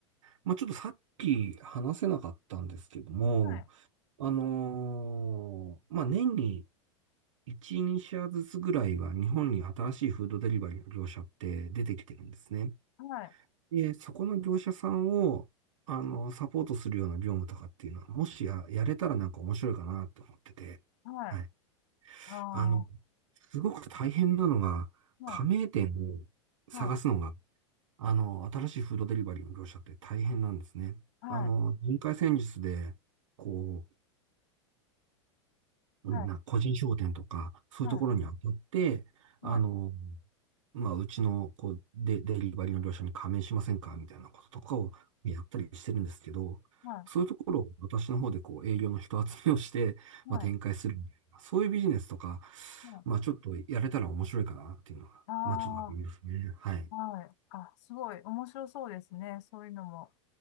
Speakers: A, on the right; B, on the left.
A: まあ、ちょっとさっき話せなかったんですけども、
B: はい
A: あのーまあ、年に1、2社ずつぐらいは日本に新しいフードデリバリーの業者って出てきてるんですね。
B: はい
A: で、そこの業者さんを、あの、サポートするような業務とかっていうのは、もしや、やれたらなんか面白いかなって思ってて、
B: はい
A: はい。
B: ああは
A: あの、すごく大変なのが、
B: い
A: 加盟店を探すのが
B: はい
A: あの、新しいフードデリバリーの業者って大変なんですね。
B: はい
A: あの、人海戦術で、こう、
B: はい
A: みんな個人商店とか、そういうところに当たって、
B: はいはい
A: あの、まあ、うちの、こう、デ、デリバリーの業者に加盟しませんかみたいなこととかをやったりしてるんですけど、
B: は
A: そういうところを私の方でこう、営業の人集めをして、
B: いはい。
A: まあ、展開するみたいな、そういうビジネスとか、
B: も
A: まあ、ちょっとやれたら面白いかなっていうのが、
B: う、あ
A: まあ、ちょっとあるんですね。はい。
B: あ、はい。あ、すごい面白そうですね。そういうのも、